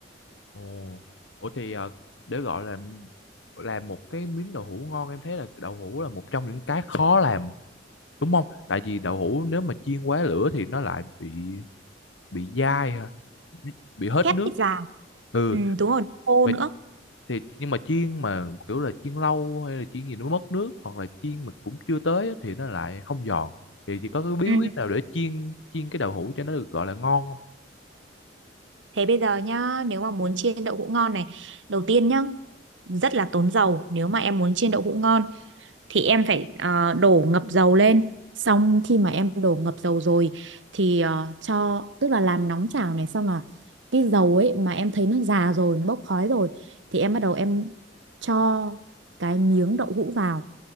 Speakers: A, on the left (about 80°); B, on the right (about 80°).
A: Ồ, Ủa thì ờ, để gọi là làm một cái miếng đậu hũ ngon em thấy là đậu hũ là một trong những cái khó làm đúng không? Tại vì đậu hũ nếu mà chiên quá lửa thì nó lại bị bị dai ha, bị bị hết
B: khét
A: nước.
B: cái già
A: Ừ,
B: ừ, đúng rồi khô
A: mà
B: nữa
A: thì nhưng mà chiên mà kiểu là chiên lâu hay là chiên gì nó mất nước hoặc là chiên mà cũng chưa tới á, thì nó lại không giòn. Thì chỉ có cái bí
B: ừ.
A: quyết nào để chiên chiên cái đậu hũ cho nó được gọi là ngon không?
B: Thế bây giờ nhá, nếu mà muốn chiên đậu hũ ngon này, đầu tiên nhá, rất là tốn dầu. Nếu mà em muốn chiên đậu hũ ngon thì em phải ờ, đổ ngập dầu lên. Xong khi mà em đổ ngập dầu rồi thì ờ, cho tức là làm nóng chảo này xong là cái dầu ấy mà em thấy nó già rồi, nó bốc khói rồi thì em bắt đầu em cho cái miếng đậu hũ vào